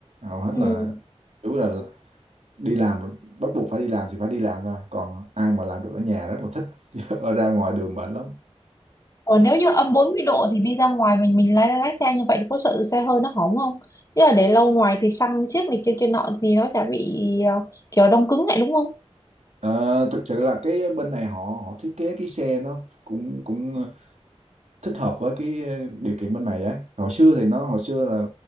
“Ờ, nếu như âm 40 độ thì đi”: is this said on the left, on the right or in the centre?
Left